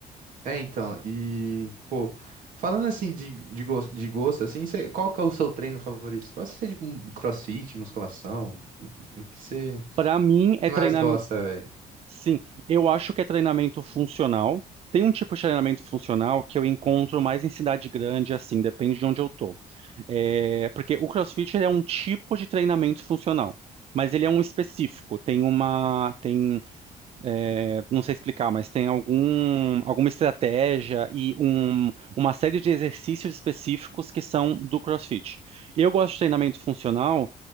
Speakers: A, on the right; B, on the right.
A: É, então, e, pô, falando assim de, de, gos- de gosto, assim, cê- qual que é o seu treino favorito? Pode ser de um crossfit, musculação, o que o que você
B: Para mim é
A: mais
B: treinamento,
A: gosta, velho?
B: sim, eu acho que é treinamento funcional. Tem um tipo de treinamento funcional que eu encontro mais em cidade grande, assim, depende de onde eu tô. É, porque o CrossFit ele é um tipo de treinamento funcional, mas ele é um específico. Tem uma, tem, é, não sei explicar, mas tem algum, alguma estratégia e um, uma série de exercícios específicos que são do CrossFit. Eu gosto de treinamento funcional.